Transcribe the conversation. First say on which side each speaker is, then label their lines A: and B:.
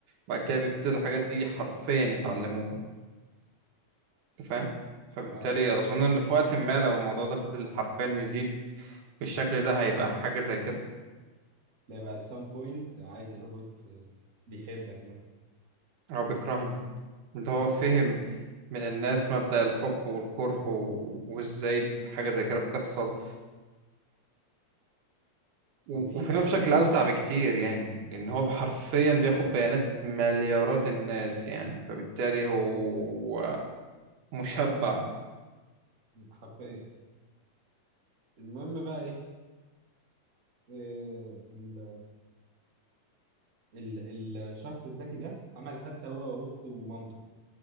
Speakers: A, on the right; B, on the right.
A: بعد كده بيبتدي الحاجات دي حرفيا يتعلموها انت فاهم فبالتالي
B: اه
A: اظن ان في وقت ما لو الموضوع ده فضل حرفيا يزيد بالشكل ده هيبقى حاجه زي كده
B: لا بقى at some point عادي الروبوت آه، بيحبك مثلا
A: هو بيكرهني ده هو فهم من الناس مبدأ الحب والكره و- وازاي حاجه زي كده بتحصل و-
B: كان في
A: وفهمها
B: فيلم
A: بشكل
B: كده
A: اوسع بكتير يعني لان هو حرفيا بياخد بيانات مليارات الناس يعني فبالتالي هو مشبع
B: حرفيا المهم بقى ايه آه، ال ال الشخص الذكي ده عمل حادثة هو وأخته ومامته